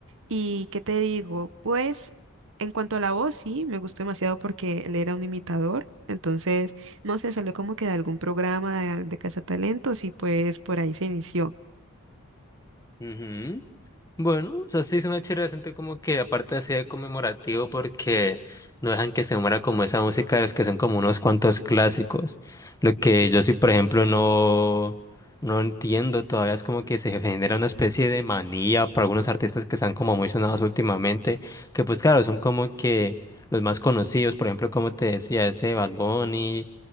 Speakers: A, on the right; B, on the left.
A: ¿Y qué te digo? Pues en cuanto a la voz, sí, me gustó demasiado porque él era un imitador. Entonces, no sé, salió como que de algún programa de, de Cazatalentos y pues por ahí se inició.
B: ujú. Bueno, o sea, sí es una chévere decente como que aparte así de conmemorativo porque no dejan que se muera como esa música de los que son como unos cuantos clásicos. Lo que yo sí, por ejemplo, no, no entiendo todavía es como que se genera una especie de manía para algunos artistas que están como muy sonados últimamente, que pues claro, son como que los más conocidos, por ejemplo, como te decía, ese Bad Bunny